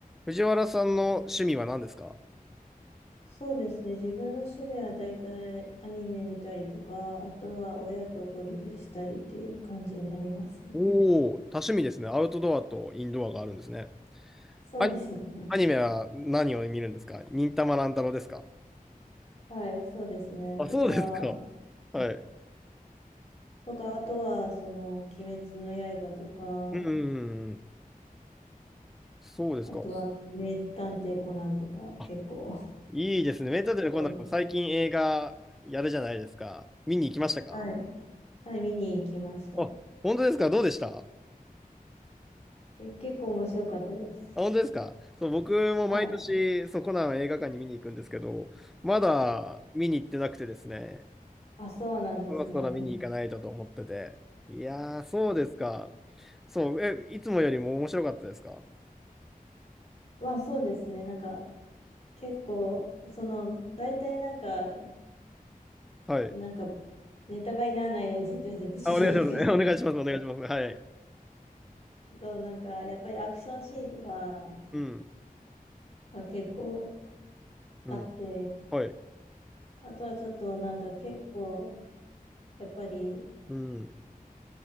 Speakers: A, in the centre; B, on the left (about 45°).
A: 藤原さんの趣味は何ですか
B: そうですね。自分の趣味はだいたいアニメ見たりとか、あとは親とゴルフしたりっていう感じになりますね。
A: おおー、多趣味ですね。アウトドアとインドアがあるんですね。
B: そうですね。
A: アニ、アニメは何を見るんですか忍たま乱太郎ですか
B: はい、そうですね。
A: あ、
B: とか、
A: そうですか。はい。
B: とか、あとは、その、鬼滅の刃とか、
A: うんうんうん。そうですか。
B: あとは、名探偵コナンとか、
A: あ、
B: 結構
A: いいですね。メンタルで今度、
B: うん
A: 最近映画やるじゃないですか。見に行きましたか
B: はい、はい、見に行きました。
A: あ、本当ですかどうでした
B: で、結構面白かったです。
A: あ、本当ですかそう、僕も毎年、
B: はい。
A: そう、コナンを映画館に見に行くんですけど、まだ見に行ってなくてですね。
B: あ、そうなんですね。
A: そろそろ見に行かないとと思ってて。いやー、そうですか。そう、え、いつもよりも面白かったですか
B: まあ、そうですね。なんか、結構、その、大体なんか、
A: はい。
B: なんか、ネタバレにならないように説明するとちょっと難しい。
A: あ、お願いします。<laughs> お願いします。お願いします。はい。
B: そう、なんか、やっぱりアクションシーンとか
A: うん。
B: が結構あって、
A: うん。はい。
B: あとはちょっとなんか結構、やっぱり、
A: うん。